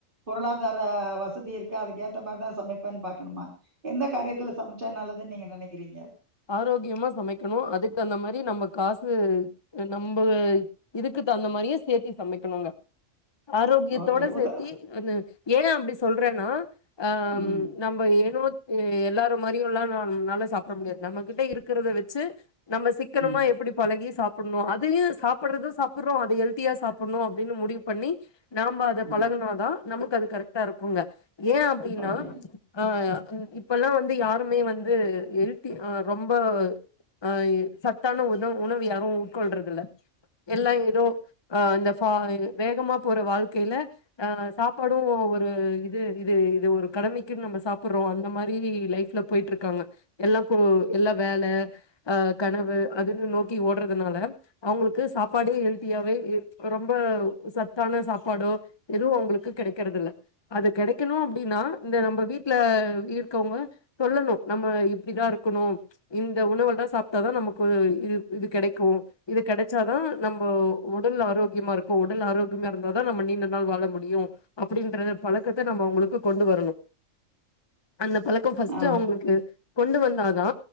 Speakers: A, on the right; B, on the left.
A: பொருளாதார வச வசதி இருக்கு அதுக் ஏத்த மார்தா சமைப்பேன் பாக்கணுமா எந்த காரியத்துல சமைச்சா நல்லதுன் நீங்க நெனைக்கிறீங்க
B: ஆரோக்கியமா சமைக்கணோ அதுக்கு தகுந்த மாரி நம்ம காசு நம்புள் இதுக்கு தகுந்த மாரியே சேத்தி சமைக்கணுங்க ஆரோக்கியத்தோட
A: ஓகே உத
B: சேத்தி அந்த ஏ அப்டி சொல்றேன்னா ஆ
A: ம்
B: நம்ம ஏரு ஏ எல்லாரு மாரியு எல்லா நல்லா சாப்ட முடியாது நம்மகிட்ட இருக்கிறத வச்சு நம்ம சிக்கனமா
A: ம்
B: எப்புடி பழகி சாப்புட்ணோ அதையே சாப்புடுறத சாப்புட்றோ அது ஹெல்தியா சாப் பண்ணுவொ அப்டின்னு முடிவு பண்ணி நாம்ப அத
A: ம்
B: பழகுனாதா நமக்கு அது கரெக்டா இருக்குங்க ஏ அப்டின்னா
A: ஓகே
B: ஆ இப்பெல்லா வந்து யாருமே வந்து ஹெல் த்தி அ ரொம்ப அ சத்தான உணவு உணவு யாரு உட்கொள்றதுல்ல எல்லாம் ஏதோ அ இந்த ஃபா வேகமா போற வாழ்க்கையில அ சாப்பாடு ஒரு இது இது இது ஒரு கடமைக்குன்னு நம்ம சாப்புட்றோ அந்த மாரி லைஃப்ல போயிட்ருக்காங்க எல்லா கூ எல்லா வேல அ கனவு அதுன்னு நோக்கி ஓடுறதுனால அவுங்களுக்கு சாப்பாடே ஹெல்த்தியாவே ஏ ரொம்ப சத்தான சாப்பாடோ எதுவு ஒங்களுக்கு கெடைக்கெறது இல்ல அது கெடைக்கணோ அப்டீன்னா இந்த நம்ம வீட்ல இருக்கவுங்க சொல்லணோ நம்ம இப்டி தா இருக்கணு இந்த உணவு தா சாப்ட்டாதா நமக்கு ஒரு இது இது கெடைக்கு இது கெடச்சாதா நம்ம உடல் ஆரோக்கியமா இருக்கு உடல் ஆரோக்கியமா இருந்தாதா நம்ம நீண்ட நாள் வாழ முடியு அப்டின்றத பழக்கத்த நம்ம அவங்களுக்கு கொண்டு வரணு அந்த பழக் க்கு பர்ஸ்ட்டு
A: ஆ
B: அவுங்குளுக்கு கொண்டு வந்தாதா